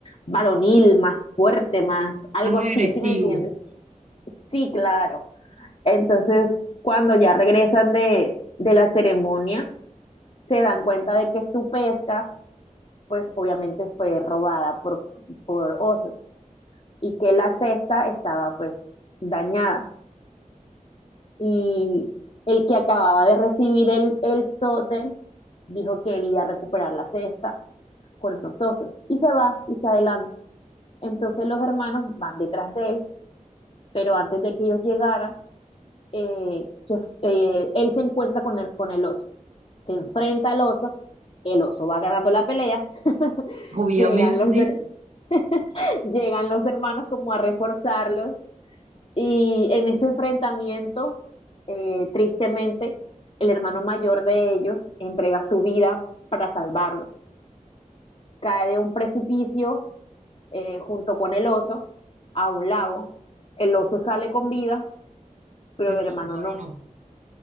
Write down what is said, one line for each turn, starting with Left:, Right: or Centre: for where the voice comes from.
Left: varonil, más fuerte, más algo
Right: Más
Left: así,
Right: agresivo,
Left: ¿sí me entiendes? Sí, claro. Entonces, cuando ya regresan de, de la ceremonia, se dan cuenta de que su pesca, pues obviamente fue robada por, por osos y que la cesta estaba pues dañada. Y el que acababa de recibir el, el tótem dijo que él iba a recuperar la cesta con los osos y se va y se adelanta. Entonces los hermanos van detrás de él, pero antes de que ellos llegaran, eh, se- eh, él se encuentra con el, con el oso, se enfrenta al oso, el oso va ganando la pelea, <laughs>
Right: obviamente,
Left: llegan los, her- <laughs> llegan los hermanos como a reforzarlos y en ese enfrentamiento, eh, tristemente, el hermano mayor de ellos entrega su vida para salvarlos. Cae de un precipicio eh, junto con el oso a un lago. El oso sale con vida, pero
Right: pero
Left: el
Right: el
Left: hermano
Right: hermano
Left: no.
Right: no.